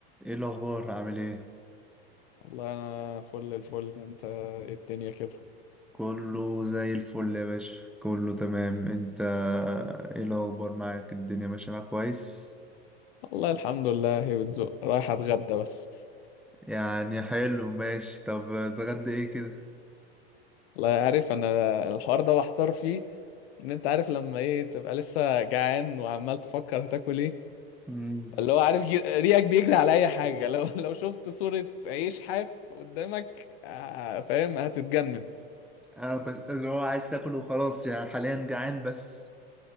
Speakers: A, in the centre; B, on the left (about 70°).
A: ايه الاخبار عامل ايه
B: والله انا فل الفل انت إيه الدنيا كده
A: كله زي الفل يا باشا كله تمام انت ايه الاخبار معاك الدنيا ماشيه معاك كويس
B: والله الحمد لله هي بتزق رايح اتغدى بس
A: يعني حلو ماشي طب اتغدى ايه كده
B: والله عارف انا الحوار ده محتار فيه ان انت عارف لما ايه تبقى لسه جعان وعمال تفكر هتاكل ايه
A: امم
B: اللي هو عارف جي- ريقك بيجري على اي حاجه لو <laughs> لو شفت صوره عيش حاف قدامك آه، فاهم هتتجنن
A: انا بس اللي هو عايز تاكل وخلاص يعني حاليا جعان بس